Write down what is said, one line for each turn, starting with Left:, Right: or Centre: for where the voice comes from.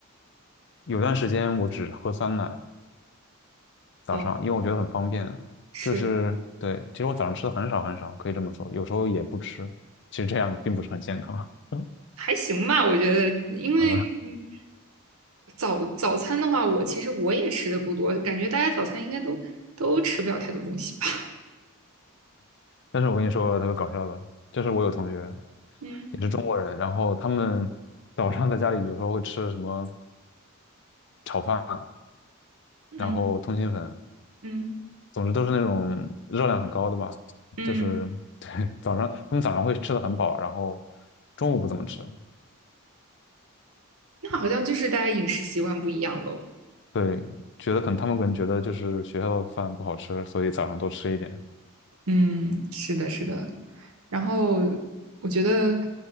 Left: 有段时间我只喝酸奶，早上，
Right: 哦，
Left: 因为我觉得很方便。
Right: 是。
Left: 就是对，其实我早上吃的很少很少，可以这么说，有时候也不吃。其实这样并不是很健康。<laughs>
Right: 还行吧，我觉得，因为嗯
Left: 嗯，
Right: 早早餐的话，我其实我也吃的不多，感觉大家早餐应该都都吃不了太多东西吧。
Left: 但是我跟你说特别搞笑的，就是我有同学
Right: 嗯
Left: 也是中国人，然后他们早上在家里，比如说会吃什么炒饭，
Right: 嗯
Left: 然后通心粉，
Right: 嗯
Left: 总之都是那种热量很高的吧。
Right: 嗯，
Left: 就是对，早上他们早上会吃的很饱，然后中午不怎么吃，
Right: 那好像就是大家饮食习惯不一样喽。
Left: 对，觉得可能他们可能觉得就是学校的饭不好吃，所以早上多吃一点。
Right: 嗯，是的，是的。然后我觉得，